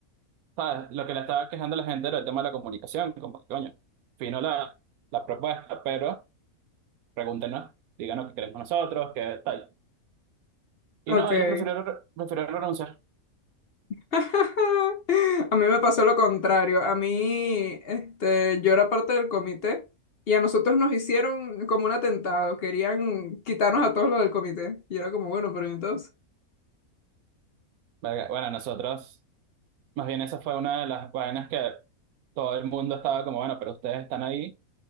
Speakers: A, on the right; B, on the left.
A: ¿sabes? Lo que le estaba quejando a la gente era el tema de la comunicación, como que coño, fino la, la propuesta, pero pregúntenos, díganos qué queremos nosotros, qué tal. Y
B: Ok.
A: no, ellos prefirieron, prefirieron renunciar.
B: <laughs> A mí me pasó lo contrario. A mí, este, yo era parte del comité y a nosotros nos hicieron como un atentado. Querían quitarnos a todos los del comité. Y era como, bueno, pero entonces,
A: Verga, Bueno, nosotros Más bien esa fue una de las vainas que todo el mundo estaba como, bueno, pero ustedes están ahí,